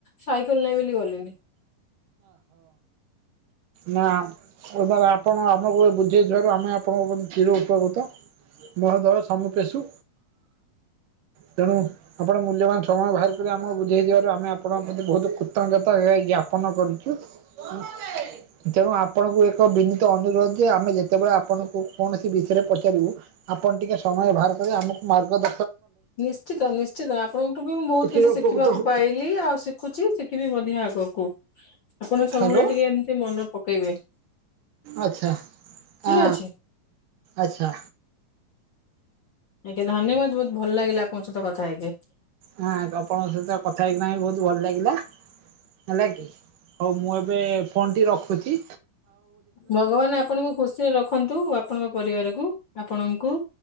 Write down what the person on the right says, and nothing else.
ନାଁ କୋଉତାରେ ଆପଣ ଆମୁକୁ ବୁଝେଇଥିବାରୁ ଆମେ ଆପଣଙ୍କ ପ୍ରତି ଚିରଉପକୃତ ମହୋଦୟ ସମିପେଷୁ ତେଣୁ ଆପଣ ମୂଲ୍ୟବାନ ସମୟ ଭାର ଟିକେ ଆମୁକୁ ବୁଝେଇଥିବାରୁ ଆମେ ଆପଣଙ୍କ ପ୍ରତି ବୋହୁତ କୃତଜ୍ଞତା ଏ ଜ୍ଞାପନ କରୁଚୁ। ଉଁ ତେଣୁ ଆପଣଙ୍କୁ ଏକ ବିନୀତ ଅନୁରୋଧ ଯେ ଆମେ ଯେତୋବେଳେ ଆପଣଙ୍କୁ କୌଣସି ବିଷୟରେ ପଚାରିବୁ ଆପଣ ଟିକେ ସମୟ ବାହାର କରି ଆମୁକୁ ମାର୍ରଗଦ
ଚିର
ଉପକୃତ ହବୁ।
ହ୍ୟାଲୋ
ଆଛା
ଅ
ଆଛା।
ହଁ ଆପଣଙ୍କ ସହିତ କଥା ହେଇକିନା ବି ବୋହୁତ ଭଲ ଲାଗିଲା ହେଲା କି ହଉ ମୁଁ ଏବେ ଫୋନଟି ରଖୁଚି।